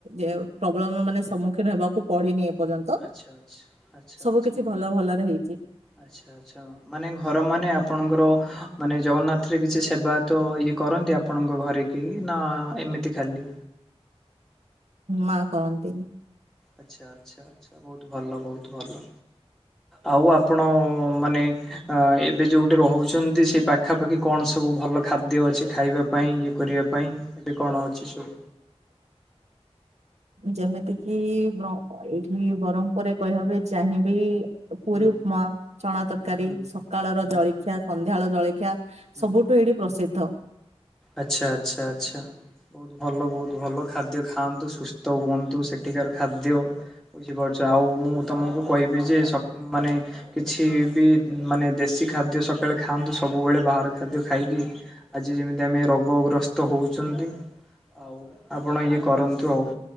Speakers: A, on the right; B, in the centre.
A: ଏ ପ୍ରୋବ୍ଲେମ ମାନେ ସମ୍ମୁଖୀନ ହେବାକୁ ପଡନି ଏ ତ
B: ଆଚ୍ଛା ଆଚ୍ଛା ଆଚ୍ଛା
A: ସବୁ
B: ଆଚ୍ଛା।
A: କିଛି ଭଲ ଭଲରେ ହେଇ
B: ଆଚ୍ଛା ଆଚ୍ଛା ମାନେ ଘର ମାନେ ଆପଣଙ୍କର। ମାନେ ଜଗନ୍ନାଥରେ କିଛି ସେବା ତ ଇଏ କରନ୍ତି ଆପଣଙ୍କ ଘରେ କେହି ନା ଏମିତି ଖାଲି?
A: ମା କରନ୍ତିନି।
B: ଆଚ୍ଛା ଆଚ୍ଛା ଆଚ୍ଛା ବହୁତ ଭଲ ବହୁତ ଭଲ। ଆଉ ଆପଣ ମାନେ ଅ ଏବେ ଯୋଉଠି ରହୁଛନ୍ତି ସେଇ ପାଖାପାଖି କଣ ସବୁ ଭଲ ଖାଦ୍ୟ ଅଛି ଖାଇବା ପାଇଁ ଇଏ କରିବା ପାଇଁ ଏବେ କଣ ଅଛି ସବୁ?
A: ହ ଯେମିତି କିି ବ୍ର ଅ ଏଇଠି ବ୍ରହ୍ମପୁରରେ କହିବାକୁ ଏ ଚାହିଁବି। ପୁରି
B: ହୁଁ
A: ଉପମା। ଚଣା ତରକାରୀ
B: ହୁଁ
A: ସକାଳର
B: ହୁଁ
A: ଜଳିଖିଆ
B: ହୁଁ
A: ସନ୍ଧ୍ୟା ବେଳ ଜଳିଖିଆ
B: ହୁଁ।
A: ସବୁଠୁ ଏଇଠି ପ୍ରସିଦ୍ଧ।
B: ଆଚ୍ଛା ଆଚ୍ଛା ଆଚ୍ଛା। ବହୁତ ଭଲ ବହୁତ ଭଲ ଖାଦ୍ୟ ଖାଆନ୍ତୁ ସୁସ୍ଥ ହୁଅନ୍ତୁ ସେଠିକାର ଖାଦ୍ୟ ବୁଝିପାରୁଛ ଆ ଆଉ ମୁଁ ତମକୁ କହିବି ଯେ ସ କ ମାନେ କିଛି ବି ଉଁ ମାନେ ଦେଶୀ ଖାଦ୍ୟ ସକାଳେ। ଖାଆନ୍ତୁ ସବୁବେଳେ ବାହାର ଖାଦ୍ୟ ଖାଇକି। ଆଜି ଯେମିତି ଆମେ ରୋଗଗ୍ରସ୍ତ ହଉଛନ୍ତି। ଆଉ ଆପଣ ଇଏ କରନ୍ତୁ ଆଉ